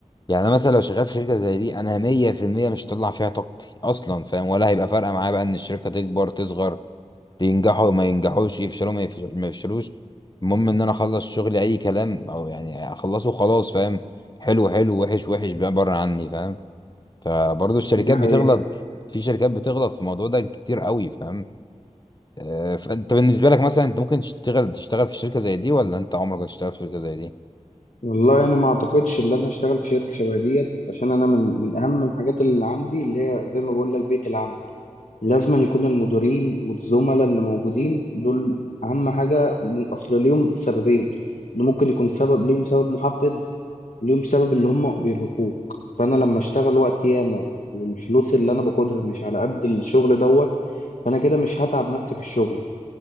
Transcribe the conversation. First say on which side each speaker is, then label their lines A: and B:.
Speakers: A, on the left (about 35°); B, on the left (about 75°).
A: يعني انا مثلا لو شغال في شركه زي دي انا 100% مش هطلع فيها طاقتي اصلا فاهم ولا هيبقى فارقه معايا بقى ان الشركه تكبر تصغر ينجحوا ما ينجحوش يفشلوا ما يفش- ما يفشلوش المهم ان انا اخلص شغلي اي كلام او يعني اخلصه خلاص فاهم حلو حلو وحش وحش بقى بره عني فاهم فبرضه الشركات
B: دي حقيقة
A: بتغلط في شركات بتغلط في الموضوع ده كتير قوي فاهم آه، فانت بالنسبه لك مثلا انت ممكن تشتغل تشتغل في شركه زي دي ولا انت عمرك هتشتغل في شركه زي دي
B: والله انا ما اعتقدش ان انا اشتغل في شركه شبه ديت عشان انا من من اهم الحاجات اللي عندي اللي هي زي ما بقول لك بيئه العمل لازم أن يكون المديرين والزملاء اللي موجودين دول اهم حاجه م- اصل ليهم سببين اللي ممكن يكون سبب ليهم سبب محفز ليهم سبب اللي هم بيرهقوك فانا لما اشتغل وقت ياما والفلوس اللي انا باخدها مش على قد الشغل دوت فانا كده مش هتعب نفسي في الشغل